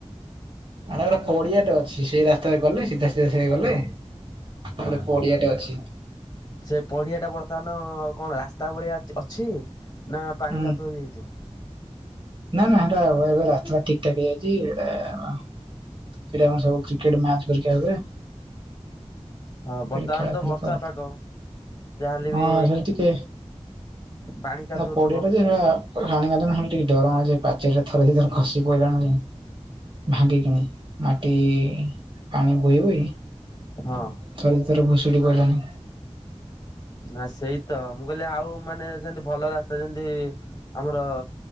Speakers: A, on the right; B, on the left.
A: ଆର ପଡିଆଟେ ଅଛି ସେଇ ରାସ୍ତାରେ ଗଲେ ସିଧା ସିଧା ସେ ଗଲେ ଗୋଟେ ପଡିଆଟେ ଅଛି।
B: ସେ ପଡିଆ ଟା ବର୍ତ୍ତମାନ କଣ ରାସ୍ତା ଭଳିଆ ଅ ଅଛି ନା ପାଣି
A: ହୁଁ
B: କାଦୁଅ ହେଇଯାଇଥିବ?
A: ନା ନା ହେଟା ରାସ୍ତା ଠିକି ଠାକ ହେଇଯାଇଚି ଏଇଟା ହେଇଟା କଣ ସବୁ କ୍ରିକେଟ ମ୍ୟାଚ ପରିକା ହୁଏ। <unintelligible>
B: ହଁ ବର୍ତ୍ତମାନ
A: ଫି ଫ୍ୟା
B: ତ
A: କି
B: ବର୍ଷା
A: କଣ?
B: ପାଗ। ଯାହାହେଲେ ବି
A: ହଁ ସେଟା ଟିକେ
B: ପାଣି କାଦୁଅ
A: ନା ପଡିଆ
B: ଥିବ
A: ଟା ଯେ ସେଟା ପାଣି କା ହେ ଟିକେ ଡରଉେ <unintelligible> ପାଚ ରେ ଥରେ ସେ ଥର ଖସି ପଇଲାଣି। ଭାଙ୍ଗିକି ମାଟି ପାଣି ବୋହି ବୋହି
B: ହଁ।
A: ଥରେ ଦି ଥର ଭୁଶୁଡ଼ି ପଇଲାଣି।
B: ନା ସେଇତ ମୁଁ କହିଲି, ଆଉ ମାନେ ସେନ୍ତି ଭଲ ରାସ୍ତା ଯେଏନ୍ତି ଆମର